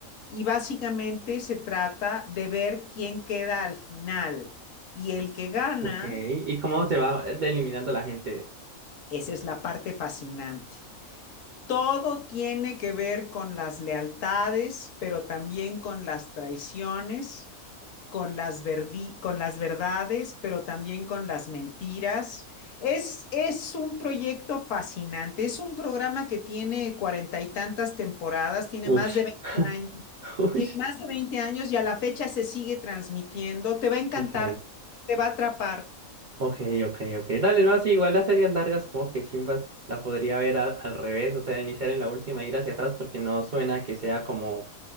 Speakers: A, on the left (about 70°); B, on the right (about 60°).
A: Y básicamente se trata de ver quién queda al final. Y el que gana,
B: ok. ¿Y cómo se va eliminando la gente?
A: esa es la parte fascinante. Todo tiene que ver con las lealtades, pero también con las traiciones, con las, verdi- con las verdades, pero también con las mentiras. Es, es un proyecto fascinante, es un programa que tiene cuarenta y tantas temporadas, tiene más
B: Ush,
A: de 20 años,
B: <laughs> ush.
A: tiene más de 20 años y a la fecha se sigue transmitiendo. Te va a encantar,
B: Ok,
A: te va a atrapar.
B: ok, ok, ok. Dale, no, sí, igual las series largas, como que chimbas, la podría ver a- al revés, o sea, iniciar en la última y ir hacia atrás porque no suena que sea como